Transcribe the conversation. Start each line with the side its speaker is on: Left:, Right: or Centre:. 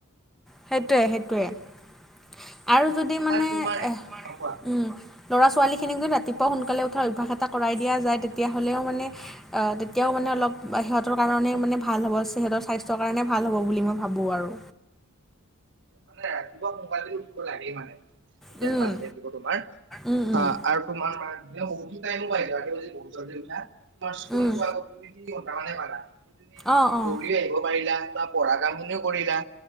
Centre: সেইটোৱে সেইটোৱে আৰু যদি মানে
Right: আৰু তোমাৰ
Centre: এ উম
Right: অ কোৱা
Centre: ল'ৰা ছোৱালীখিনিক যদি ৰাতিপুৱা সোনকালে উঠাৰ অভ্যাস এটা কৰাই দিয়া যায় তেতিয়াহ'লেও মানে অ তেতিয়াও মানে অলপ সিহঁতৰ কাৰণেই মানে ভাল হ'ব সিহঁতৰ স্বাস্থ্যৰ কাৰণে ভাল হ'ব বুলি মই ভাবো আৰু
Right: মানে ৰাতিপুৱা কোনোবাই যদি উঠিব লাগে মানে তেতিয়া
Centre: উম
Right: ভাল হৈ থাকিব তোমাৰ।
Centre: উম উম
Right: অ আৰু তোমাৰ মানে তেতিয়া বহুত টাইমো পাই যোৱা ৰাতিপুৱা যদি বহুত জল্দি উঠা- তোমাৰ স্কুল
Centre: উম
Right: যোৱা আগত তুমি যি সমানে ভালা তুমি
Centre: অঁ অঁ
Right: দৌৰিও আহিব পাৰিলা বা পঢ়া কাম খিনিও কৰিলা।